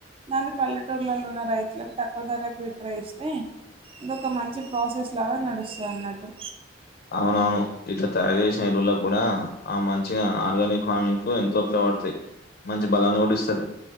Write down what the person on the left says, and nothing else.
అవునవును ఇట్లా తయారు చేసిన ఎరువుల్లో కూడా ఆ మంచిగా ఆర్గానిక్ ఫార్మింగ్ కు ఎంతో ఉపయోగపడతాయి. మంచి బలాన్ని కూడా ఇస్తాది